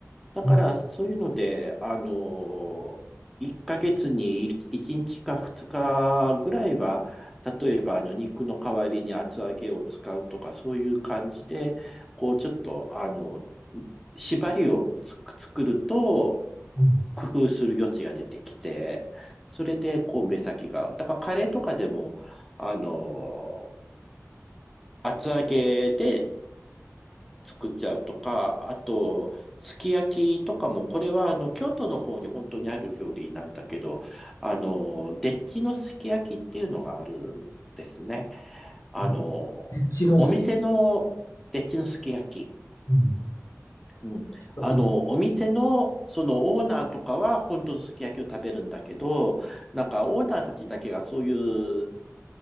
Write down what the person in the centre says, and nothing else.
だからそういうので、
あの、1ヶ月に1日か2日ぐらいは、例えばあの肉の代わりに厚揚げを使うとか、そういう感じで、こうちょっと、あの、縛りをつく作ると、
工夫する余地が出てきて、それで、こう、目先が。だから、カレーとかでも、あの、厚揚げで作っちゃうとか、あと、すき焼きとかも、これは、あの、京都の方に本当にある料理なんだけど、あの、でっちのすき焼きっていうのがあるんですね。あの、
お店のでっちのすき焼き。
うん。
あの、お店の、そのオーナーとかは本当のすき焼きを食べるんだけど、なんかオーナーたちだけがそういう